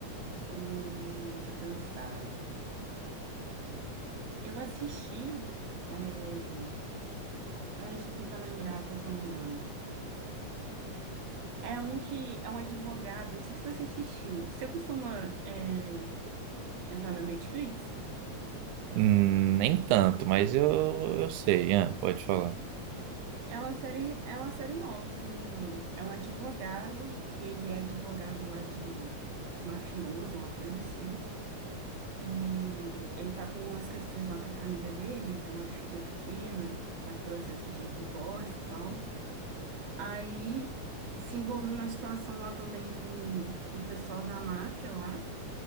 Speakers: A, on the right; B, on the right.
A: Hum, deixa eu pensar. Eu assisti. É... ai, Deixa eu tentar lembrar qual que é o nome. É um que é um advogado, não sei se você assistiu. Você costuma é, entrar na Netflix?
B: Hum, nem tanto, mas eu eu sei, Ian, pode falar.
A: É uma série, é uma série nova, se eu não me engano. É um advogado, que ele é advogado lá de, de mafioso, uma coisa assim. E ele tá com umas questões lá com a família dele, ele tem uma filha pequena, tá em processo de divórcio e tal. Aí se envolveu na situação lá também com, com o pessoal da máfia lá,